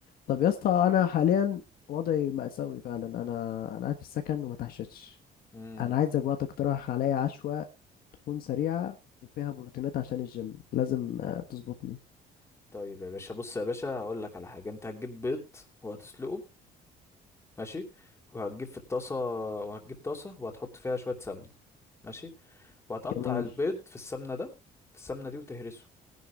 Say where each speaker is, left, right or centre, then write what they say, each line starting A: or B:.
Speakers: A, on the left; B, on the left.
A: طب يا اسطى انا حاليا وضعي مأساوي فعلا انا انا قاعد في السكن وما تحشتش
B: امم
A: انا عايزك بقى تقترح عليا عشوه تكون سريعه وفيها بروتينات عشان الجيم لازم آه، تظبطني
B: طيب يا باشا بص يا باشا هقول لك على حاجة انت هتجيب بيض وهتسلقه ماشي وهتجيب في الطاسة وهتجيب طاسة وهتحط فيها شوية سمنة ماشي وهتقطع
A: جميل
B: البيض في السمنة ده في السمنة دي وتهرسه